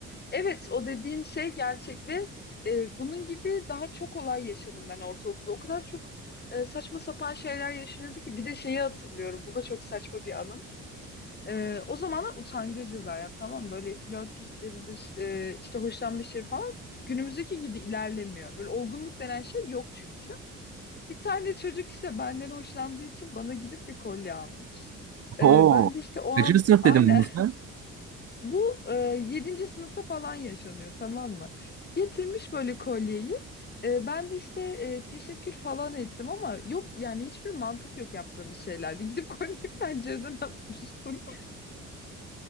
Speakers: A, on the left; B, on the right.
A: Evet o dediğin şey gerçek ve e, bunun gibi daha çok olay yaşadım ben ortaokulda. O kadar çok e, saçma sapan şeyler yaşanıyordu ki bir de şeyi hatırlıyorum. Bu da çok saçma bir anım. Ee, o zamanlar utangacı zaten tamam mı? böyle flört işleridir e, işte hoşlanma işleri falan günümüzdeki gibi ilerlemiyor. Böyle olgunluk denen şey yok çünkü. Bir tane çocuk işte benden hoşlandığı için bana gidip bir kolye almış.
B: <laughs> Oo.
A: Ee, ben de işte o
B: Kaçıncı
A: an
B: sınıf
A: aynen
B: dedim bunu sen?
A: <laughs> bu e, 7. sınıfta falan yaşanıyor tamam mı? Getirmiş böyle kolyeyi. Ee, ben de işte e, teşekkür falan ettim ama yok yani hiçbir mantık yok yaptığımız şeylerde. Gidip kolyeyi <laughs> pencereden atmıştım.